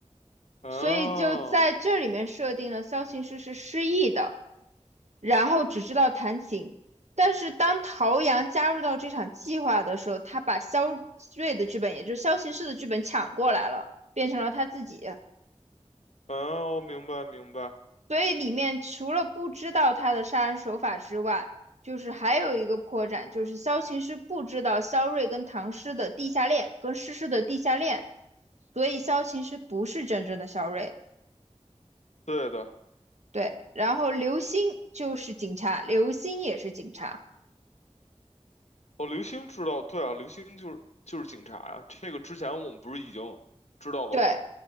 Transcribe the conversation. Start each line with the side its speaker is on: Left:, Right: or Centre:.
Left: 哦
Right: 所以就在这里面设定了萧琴师是失忆的，然后只知道弹琴。但是当陶阳加入到这场计划的时候，他把肖瑞的剧本，也就是萧骑士的剧本抢过来了，变成了他自己。
Left: 哦，明白明白，
Right: 所以里面除了不知道他的杀人手法之外，就是还有一个破绽，就是萧琴师不知道萧睿跟唐诗的地下恋，跟诗诗的地下恋，所以萧琴师不是真正的萧睿。
Left: 对的。
Right: 对，然后刘星就是警察，刘星也是警察。
Left: 哦，刘星知道，对啊，刘星就是就是警察啊。这个之前我们不是已经知道了吗？
Right: 对，